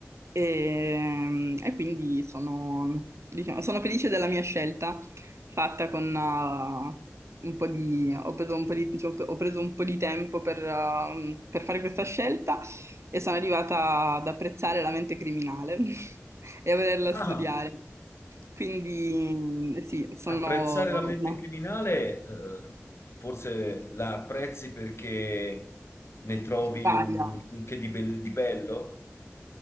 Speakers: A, on the right (about 80°); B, on the left (about 65°).
A: e, mm, e quindi sono, diciamo, sono felice della mia scelta fatta con uh, un po' di... Ho preso un po' di, diciamo, ho preso un po' di tempo per, uh, per fare questa scelta e sono arrivata ad apprezzare la mente criminale <laughs> e a volerla
B: Ah.
A: studiare. Quindi sì, sono
B: Apprezzare la mente
A: una
B: criminale, eh, forse la apprezzi perché ne trovi
A: varia.
B: un, un che di, bel- di bello.